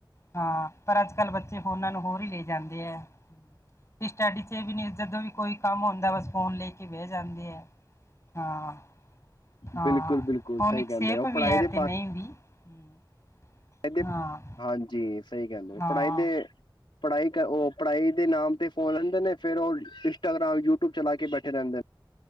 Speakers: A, on the left (about 35°); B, on the left (about 80°).
A: ਹਾਂ ਪਰ ਅੱਜ ਕੱਲ੍ਹ ਬੱਚੇ ਫੋਨਾ ਨੂੰ ਹੋਰ ਈ ਲੈ ਜਾਂਦੇ ਐ। ਸਟੱਡੀ ਚ ਵੀ ਨੇ ਜਦੋਂ ਵੀ ਕੋਈ ਕੰਮ ਹੁੰਦਾ ਬਸ ਫੋਨ ਲੈ ਕੇ ਬਹਿ ਜਾਂਦੇ ਐ। ਹਾਂ-ਹਾਂ,
B: ਬਿਲਕੁਲ ਬਿਲਕੁਲ
A: ਫੋਨ
B: ਸਹੀ
A: ਇੱਕਸੇਪ
B: ਕਹਿੰਦੇ ਹੋ
A: ਵੀ
B: ਪੜ੍ਹਾਈ
A: ਐ
B: ਦੇ
A: ਤੇ ਨਈ ਵੀ। <inaudible>
B: ਏ ਦੇ,
A: ਹਾਂ
B: ਹਾਂਜੀ ਸਹੀ ਗੱਲ ਐ
A: ਹਾਂ
B: ਪੜ੍ਹਾਈ ਦੇ ਪੜ੍ਹਾਈ ਕਰ ਉਹ ਪੜ੍ਹਾਈ ਦੇ ਨਾਮ ਤੇ ਫੋਨ ਲੈਂਦੇ ਨੇ ਫੇਰ ਉਹ ਇੰਸਟਾਗ੍ਰਾਮ, ਯੂਟਿਊਬ ਚਲਾ ਕੇ ਬੈਠੇ ਰਹਿੰਦੇ ਨੇ।